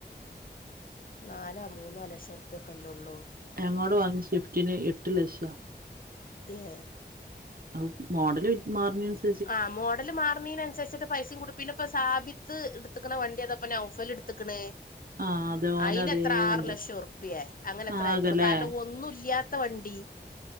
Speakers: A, on the left (about 55°); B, on the right (about 55°).
A: നാലാ മൂന്നൊ ലക്ഷ ഉറുപ്യക്കൊല്ലോള്ളൂ
B: ഞങ്ങളോട് വാങ്ങിയ ഷിഫ്റ്റിന് എട്ട് ലക്ഷാ
A: ഹേ
B: അഹ് മോഡൽ മാറ്ണീന്സ്
A: ആഹ് മോഡല് മാറ്ണീനനുസരിച്ചിട്ട്. പൈസയും കൂടി. പിന്നെ ഇപ്പം സാബിത്ത് എടുതിക്കണ വണ്ടി അതപ്പോ നൗഫൽ എടുത്തക്കണ്.
B: ആഹ് <unintelligible>
A: അയിന്
B: അതേ
A: എത്ര ആറു
B: വണ്ടി
A: ലക്ഷം ഉറുപ്പിയേ അങ്ങനെ എത്രേ
B: ആകല്ലേ
A: ആയിട്ടുള്ളൂ കാരണം ഒന്നും ഇല്ല്യാത്ത വണ്ടി